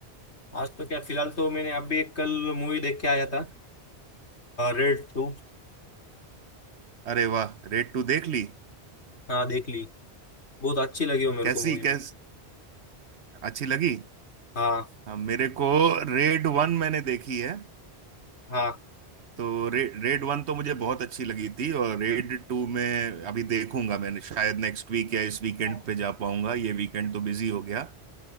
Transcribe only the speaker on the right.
अरे वाह रेड टू देख ली
कैसी
कैस अच्छी लगी
हाँ, मेरे को रेड वन मैंने देखी है
तो रे, रेड वन तो मुझे बहुत अच्छी लगी थी और रेड टू में अभी देखूंगा मैंने शायद नेक्स्ट वीक या इस वीकेंड
पे जा पाऊंगा ये वीकेंड तो बिजी हो गया